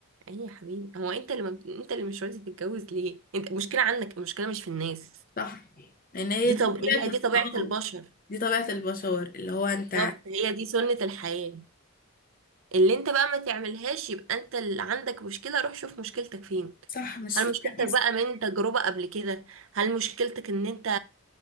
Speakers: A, on the right; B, on the left.
A: ايه يا حبيبي هو انت اللي ما... بت- انت اللي مش راضي تتجوز ليه انت المشكلة عندك المشكلة مش في الناس
B: صح لأن هي
A: دي
B: دي
A: طب
B: طبيعة
A: هي دي طبيعة
B: اه
A: البشر
B: دي طبيعة البشر اللي هو انت
A: بالظبط هي دي سنة الحياة اللي انت بقى ما تعملهاش يبقى انت اللي عندك مشكلة روح شوف مشكلتك فين
B: صح مش
A: هل
B: في
A: مشكلتك
B: حديث
A: بقى من تجربة قبل كده هل مشكلتك ان انت